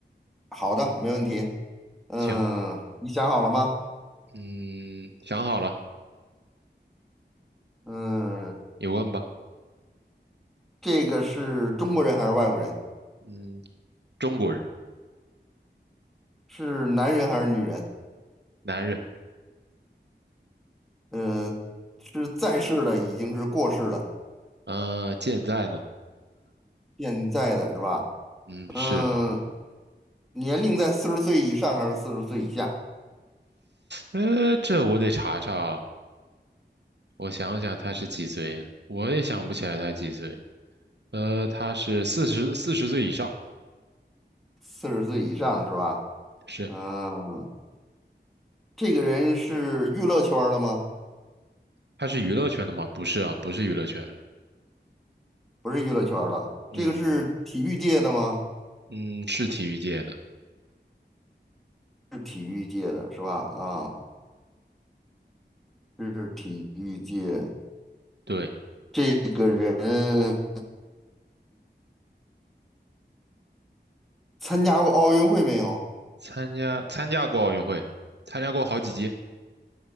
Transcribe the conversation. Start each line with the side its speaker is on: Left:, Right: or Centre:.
Centre: 好的，没问题。嗯，
Right: 行，
Centre: 你想好了吗？
Right: 嗯，想好了，
Centre: 嗯，
Right: 你问吧。
Centre: 这个是中国人还是外国人？
Right: 嗯，中国人，
Centre: 是男人还是女人？
Right: 男人，
Centre: 嗯、是在世的已经是过世的，
Right: 呃，健在呢？
Centre: 现在的是吧？
Right: 嗯，是，
Centre: 嗯、年龄在四十岁以上还是四十岁以下？
Right: 呃，这我得查查啊，我想想他是几岁了，我也想不起来他几岁了。呃，他是四十四十岁以上。
Centre: 四十岁以上是吧？
Right: 是。
Centre: 嗯、这个人是娱乐圈儿的吗？
Right: 他是娱乐圈的吗？不是啊，不是娱乐圈的。
Centre: 不是娱乐圈儿的，
Right: 嗯
Centre: 这个是体育界的吗？
Right: 嗯，是体育界的。
Centre: 是体育界的是吧？啊，是体育界。
Right: 对，
Centre: 这个人参加过奥运会没有？
Right: 参加参加过奥运会，参加过好几届。